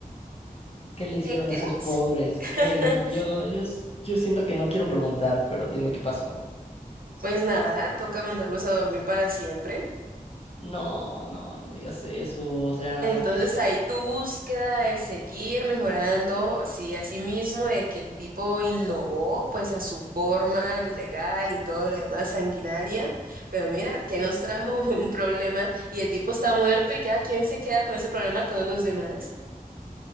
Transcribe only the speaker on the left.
¿Qué le hicieron
a esos pobres?
¿Qué? Yo, yo, s- yo siento que no quiero preguntar, pero dime qué pasó.
No, no, no me digas eso. O sea,